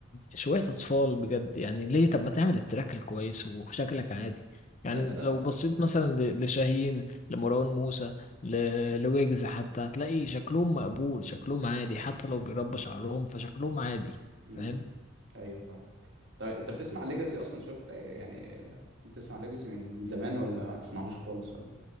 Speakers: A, on the left; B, on the right.
A: شوية أطفال بجد يعني ليه طب ما تعمل التراك الكويس وشكلك عادي يعني
B: طب انت لا
A: لو بصيت مثلا ل- لشاهين لمروان موسى ل- لويجز حتى هتلاقي شكلهم مقبول شكلهم عادي حتى لو بيربوا شعرهم فشكلهم عادي
B: امم
A: فاهم
B: ايوه فاهم طب انت بتسمع ليجاسي اصلا شفت يعني بتسمع ليجاسي من زمان ولا ما تسمعهوش خالص ولا